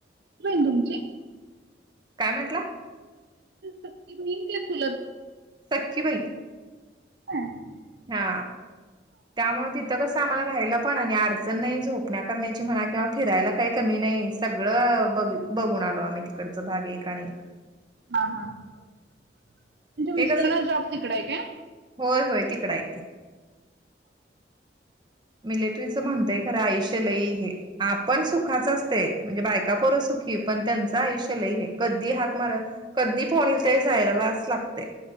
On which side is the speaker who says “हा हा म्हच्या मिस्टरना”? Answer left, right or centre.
Right